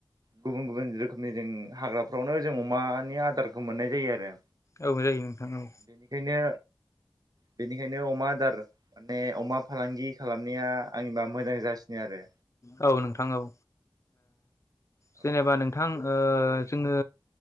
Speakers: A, on the right; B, on the left.
A: गुबुन गुबुन रोखोमनि जों हाग्राफ्रावनो जों अमानि आदारखौ मोननाय जायो आरो।
B: औ जायो नोंथां औ।
A: बेनिखायनो बेनिखायनो अमा आदार माने अमा फालांगि खालामनाया आंनिबा मोजां जासिनो आरो।
B: औ नोंथां औ ओ
A: औ
B: जेनेबा नोंथां ओ जोङो